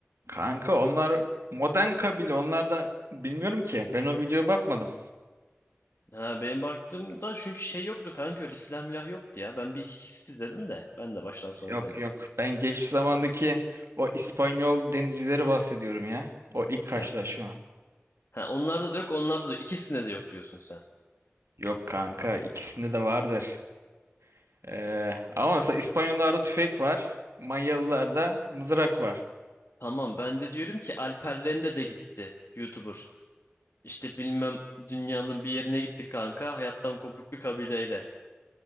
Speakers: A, on the right; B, on the left.
A: Kanka onlar modern kabile. Onlar da bilmiyorum ki. Ben o videoya bakmadım.
B: Ha benim baktığımda çünkü şey yoktu kanka öyle silah milah yoktu ya. Ben bir iki kesit izledim de ben de baştan sona
A: Yok
B: izlemedim.
A: yok. Ben geçmiş zamandaki o İspanyol denizcileri bahsediyorum ya. O ilk karşılaşma.
B: Ya ha onlarda da yok onlarda da yok. ikisinde de yok diyorsun sen.
A: Yok kanka ikisinde de vardır. Ee, ama mesela İspanyollarda tüfek var. Manyalılarda mızrak var.
B: Tamam ben de diyorum ki Alper Rende de gitti YouTuber. İşte bilmem dünyanın bir yerine gitti kanka hayattan kopuk bir kabileyle